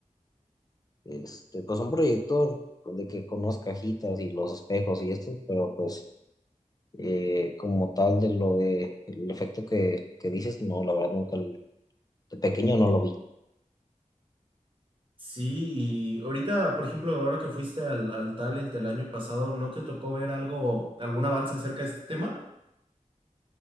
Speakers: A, on the left (about 30°); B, on the right (about 40°).
A: este, pues un proyector de que con unas cajitas y los espejos y esto, pero pues eh, como tal de lo de el efecto que, que dices, no, la verdad nunca, l- de pequeño no lo vi.
B: Sí, y ahorita, por ejemplo, ahora que fuiste al, al Talent el año pasado, ¿no te tocó ver algo, algún avance acerca de este tema?